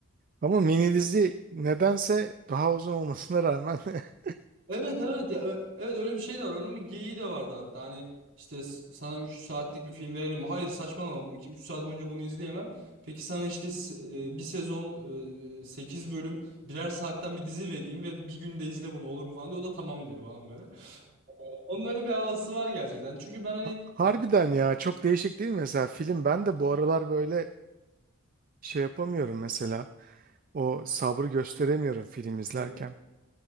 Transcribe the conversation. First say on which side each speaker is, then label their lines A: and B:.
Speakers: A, on the right (about 40°); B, on the right (about 60°).
A: Ama mini dizi nedense daha uzun olmasına rağmen. <laughs>
B: Evet evet ya ö- evet öyle bir şey de var. Onun bir geyiği de vardı hatta. Hani işte s- sana 3 saatlik bir film verelim. mi? Hayır saçmalama. 2-3 saat boyunca bunu izleyemem. Peki sana işte s- e, bir sezon e, 8 bölüm birer saatten bir dizi vereyim ve bir günde izle bunu olur mu falan diyor. O da tamam diyor falan böyle. Onun öyle bir havası var gerçekten. Çünkü ben hani
A: Ha- Harbiden
B: o
A: ya çok değişik değil mi? Mesela film ben de bu aralar böyle şey yapamıyorum mesela. O sabrı gösteremiyorum film izlerken.
B: Evet,